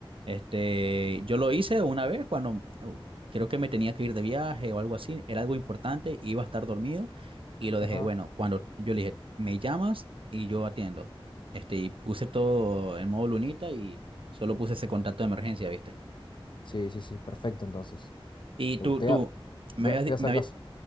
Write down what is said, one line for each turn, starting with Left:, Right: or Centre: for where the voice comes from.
Right: Este, yo lo hice una vez cuando uh, creo que me tenía que ir de viaje o algo así, era algo importante, iba a estar dormido y lo
Left: Ajá.
Right: dejé. Bueno, cuando yo le dije, me llamas y yo atiendo. Este, y puse todo en modo lunita y solo puse ese contacto de emergencia, viste.
Left: Sí, sí, sí, perfecto entonces.
Right: Y
Left: Uh,
Right: tú,
Left: Te
Right: tú,
Left: voy a, voy
Right: me habías,
Left: a- te
Right: di-
Left: voy a hacer
Right: me había-
Left: caso.